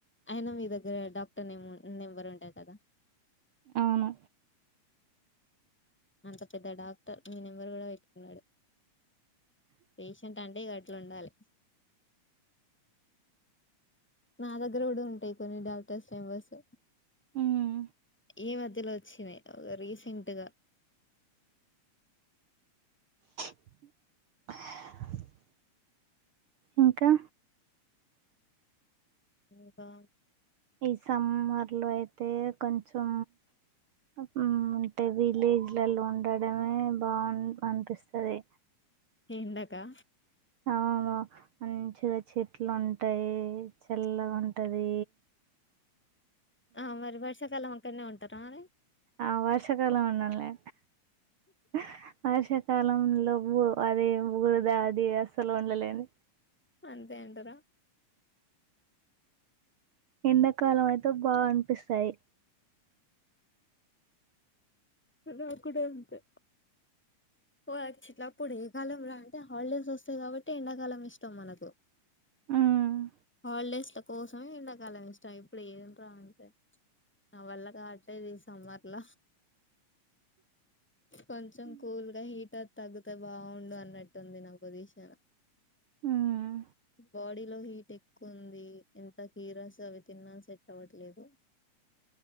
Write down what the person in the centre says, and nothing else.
అయినా మీ దగ్గర డాక్టర్ నేమ్ నెంబరు ఉంటాయ్ కదా
అంత పెద్ద డాక్టర్ మీ నెంబరు కూడా పెట్టుకున్నాడు. పేషెంట్ అంటే గట్లుండాలి. నా దగ్గర కూడా ఉంటాయి కొన్ని డాక్టర్స్ నెంబర్స్.
ఈ మధ్యలో చ్చినయ్ రీసెంట్గా
ఇంకా
ఎండకా
ఆ మరి వర్షాకాలం అక్కన్నే ఉంటారానే
అంతే అంటరా
నాక్కూడా అంతే. వారు చిన్నప్పుడుఏ కాలం రా అయితే హాలిడేస్ వస్తాయి కాబట్టి ఎండాకాలం ఇష్టం మనకు
హాలిడేస్ల కోసమే ఎండాకాలం ఇష్టం ఇప్పుడు ఏంట్రా అంటే నా వల్ల కావట్లే ది సమ్మర్ల కొంచెం
కూల్గా హీట తగ్గు తే బాగుండు అన్నట్టుంది నా పొజిషన్.
బాడీ లో హీట్ ఎక్కువుంది. ఎంత కీరాస్ అవి తిన్నా సెట్ అవ్వట్లేదు. <unintelligible>